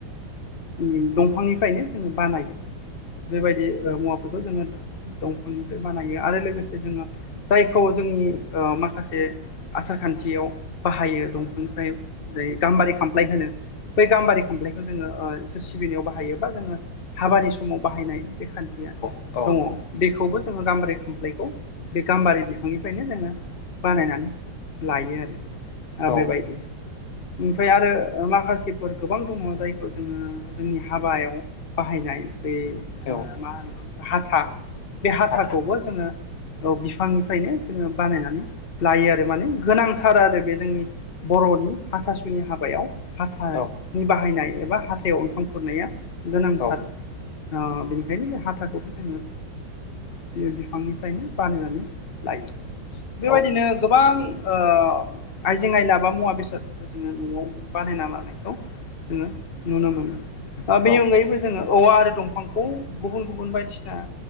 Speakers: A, on the left; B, on the left.
A: उम दंफांनिफ्रायनो जोङो बानायो बेबायदि मुवाफोरखौ जोङो दं दंफांनिफ्राय बानायो आरो लोगोसे जोङो जायखौ जों माखासे आसार खान्थियाव बाहायो दंफांनिफ्राय जाय गाम्बारि खामफ्लाय होनो बै गाम्बारि खामफ्लायखौ जोङो ओ इसोर सिबिनायाव बाहायो बा जोङो हाबानि समाव बाहायनाय बे खान्थिया
B: औ
A: दङ बेखौबो जोङो गाम्बारि खामफ्लायखौ बे गाम्बारि बिफांनिफ्रायनो जोङो बानायनानै लायो आरो ओ
B: औ
A: बेै बायदि। ओमफ्राय आरो माखासेफोर गोबां दङ जायखौ जोङो जोंनि हाबायाव बाहायनाय बे
B: औ
A: मा होनोमोन हाथा बे हाथाखौबो
B: हाथा
A: जोङो औ बिफांनिफ्रायनो जोङो बानायनानै लायो आरो माने गोनांथार आरो बे जोंनि बर नि हाथासुनि हाबायाव हाथा
B: औ
A: नि बाहायनाय एबा हाथायाव ओंखाम खुरनाया गोनांथार
B: औ
A: ओ बेनिखायनो बे हाथाखौबो जोङो बियो बिफांनिफ्रायनो बानायनानै लायो बेबायदिनो
B: औ
A: गोबां ओ आइजें आइ लाबा मुवा बेसादफोरखौ जोङो नआव बानायना लानायखौ जोङो नुनो मोनो
B: औ
A: बेनि अनगायैबो जोङो औवा आरो दंफांखौ गुबुन गुबुन बायदिसिना